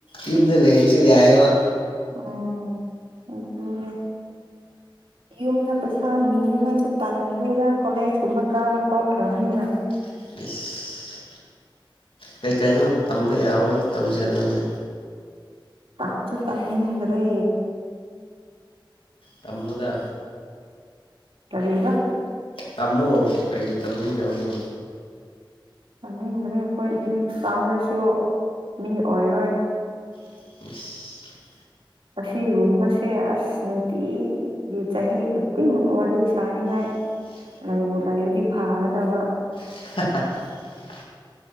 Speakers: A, on the left; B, on the right.
A: ꯌꯨꯝꯗ ꯂꯩꯔꯤꯁꯨ ꯌꯥꯏꯑꯦꯕ
B: ꯎꯝ ꯑꯗꯨꯅꯦ ꯌꯨꯝꯗ ꯄꯩꯁꯥ ꯅꯤꯅꯤꯡꯉꯥꯏꯁꯨ ꯇꯟꯈꯔꯦꯗ ꯀꯣꯂꯦꯖ ꯀꯨꯝꯕ ꯀꯥꯕ ꯇꯣꯛꯈ꯭ꯔꯕꯅꯤꯅ
A: <unintelligible> ꯀꯩ ꯀꯩꯅꯣ ꯇꯝꯕ ꯌꯥꯕꯃꯨꯛ ꯇꯝꯁꯜꯂꯣꯅꯦ
B: ꯇꯥꯡꯁꯨ ꯇꯝꯅꯤꯡꯗ꯭ꯔꯦ
A: ꯇꯝꯃꯣꯗ
B: ꯀꯔꯤꯕ
A: ꯇꯥꯝꯃꯣ ꯀꯩꯒꯤ ꯇꯝꯅꯤꯡꯗꯕꯅꯣ
B: ꯇꯝꯅꯤꯡꯗ꯭ꯔꯦ ꯑꯩꯈꯣꯏꯗꯤ ꯇꯝꯔꯁꯨ ꯃꯤ ꯑꯣꯏꯔꯣꯏ
A: <inaudible>
B: ꯑꯁꯤꯒꯨꯝꯕꯁꯦ ꯑꯁ ꯅꯨꯡꯇꯤꯒꯤ ꯆꯍꯤ ꯈꯨꯗꯤꯡ ꯋꯥꯔꯤ ꯁꯥꯅꯤꯡꯉꯥꯏ
A: <inaudible>
B: ꯂꯩꯕꯨ ꯂꯩꯔꯗꯤ ꯐꯥꯒꯗꯕ
A: <unintelligible>